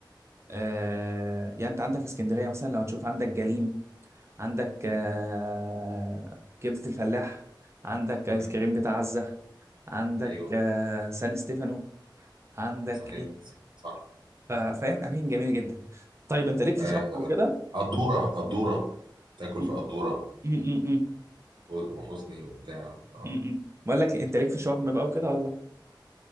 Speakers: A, on the right (about 75°); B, on the right (about 35°).
A: ايوه
B: آه يعني انت عندك اسكندريه مثلا لو تشوف عندك جليم عندك آه كبده الفلاح عندك ايس
A: مم.
B: كريم بتاع عزه عندك
A: أيوة.
B: آه سان ستيفانو عندك
A: صحيح
B: ايه
A: صح
B: ف- فاهم اماكن جميله جدا طيب انت ليك في
A: آه،
B: شرم وكده
A: قدورة قدورة تاكل
B: م-
A: في قدورة
B: م- م- م.
A: وحزني وبتاع اه
B: م- بقول لك انت ليك في شرم بقى وكده ولا